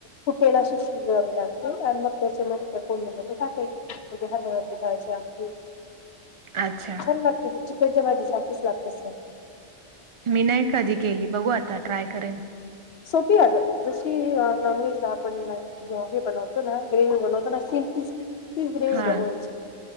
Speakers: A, on the left (about 65°); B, on the right (about 55°).
A: कुटेला अशी शिजवावे लागते आणि मग त्याच्यामध्ये त्या फोडणीमध्ये टाकायची कधी हरभऱ्या डाळीची आमटी
B: अच्छा
A: कशी चिकनच्याबाजी सारखच लागते अस
B: मी नाही कधी केली बघू आता ट्राय करेन
A: सोपी आहे जशी नॉनव्हेज ला आपण जेव्हा मी बनवतो ना ग्रेव्ह बनव ना सिम तीज ग्रेवी
B: हा
A: बनवायची